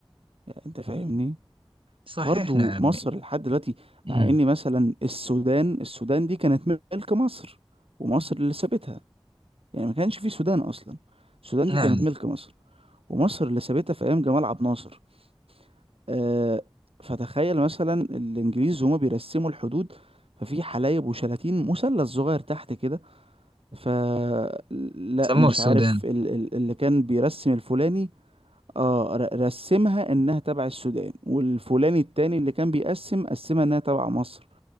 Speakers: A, on the right (about 80°); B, on the right (about 65°).
A: يعني أنت فاهمني؟
B: صحيح
A: برضو
B: نعم
A: مصر لحد دلوقتي
B: مم.
A: مع ان مثلا السودان السودان دي كانت ملك مصر ومصر اللي سابتها يعني ما كانش في سودان اصلا السودان
B: نعم
A: دي كانت ملك مصر ومصر اللي سابتها في ايام جمال عبد الناصر آه فتخيل مثلا الانجليز هما بيرسموا الحدود ففي حلايب وشلاتين مثلث صغير تحت كده فلا
B: سموه
A: مش
B: السودان
A: عارف ال- ال- اللي كان بيرسم الفلاني اه ر- رسمها انها تبع السودان والفلاني التاني اللي كان بيقسم قسمها انها تبع مصر